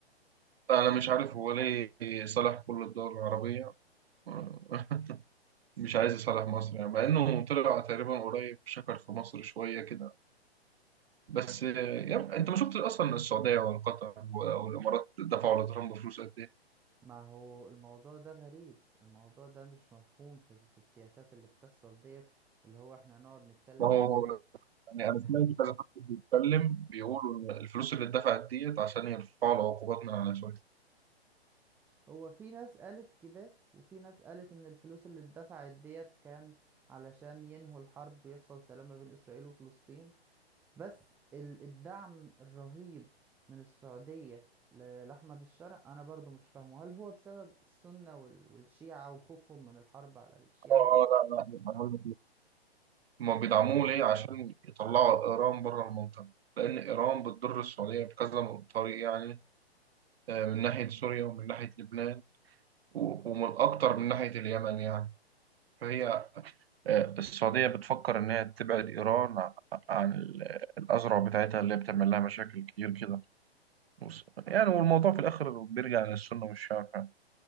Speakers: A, on the right; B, in the centre.
A: انا مش عارف هو ليه صالح كل الدول العربيه آه، <laughs> مش عايز يصالح مصر يعني مع انه طلع تقريبا قريب شكر في مصر شويه كده بس آه، يعني انت ما شفتش اصلا السعوديه ولا قطر ولا- والامارات دفعوا لترامب فلوس قد ايه
B: ما هو الموضوع ده غريب الموضوع ده مش مفهوم في, في السياسات اللي بتحصل ديت اللي هو احنا نقعد نتكلم
A: ما هو
B: عن ال...
A: يعني انا
B: الح-
A: سمعت كذا حد بيتكلم بيقولوا إن الفلوس اللي اتدفعت ديت عشان يرفعوا العقوبات من على سوريا
B: هو في ناس قالت كده وفي ناس قالت ان الفلوس اللي اتدفعت ديت كان علشان ينهوا الحرب ويحصل سلام ما بين اسرائيل وفلسطين بس ال- الدعم الرهيب من السعودية ل- لأحمد الشرع انا برضو مش فاهمه هل هو بسبب السنة وال- والشيعة وخوفهم من الحرب على الشيعة
A: اه آه،
B: وكده
A: لا لا هما بيدعموه ليه عشان يطلعوا إيران بره المنطقة لأن إيران بتضر السعودية بكذا طريق يعني آه، من ناحية سوريا ومن ناحية لبنان و- ومن أكتر من ناحية اليمن يعني فهي آه، السعودية بتفكر إن هي تبعد إيران ع- عن ال- الأزرع بتاعتها اللي هي بتعمل لها مشاكل كتير كده بص، يعني والموضوع في الآخر بيرجع للسنة والشعب يعني.